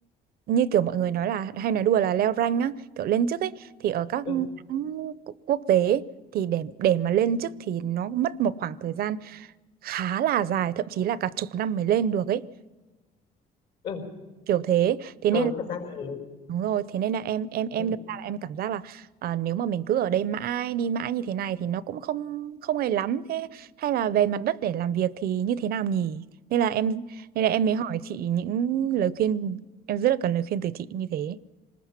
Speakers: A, on the right; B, on the left.
A: như kiểu mọi người nói là hay nói đùa là leo rank á kiểu lên chức ấy thì ở các
B: ừ
A: hãng cu- quốc tế ấy, thì để để mà lên chức thì nó mất một khoảng thời gian khá là dài thậm chí là cả chục năm mới lên được ấy
B: ừ
A: kiểu thế thế
B: ờ,
A: nên
B: thật ra thì
A: Đúng rồi, thế nên là em em em
B: ừ
A: đâm ra là em cảm giác là à, nếu mà mình cứ ở đây mãi đi mãi như thế này thì nó cũng không không hay lắm thế hay là về mặt đất để làm việc thì như thế nào nhỉ? Nên là em nên là em mới hỏi chị những lời khuyên em rất là cần lời khuyên từ chị như thế.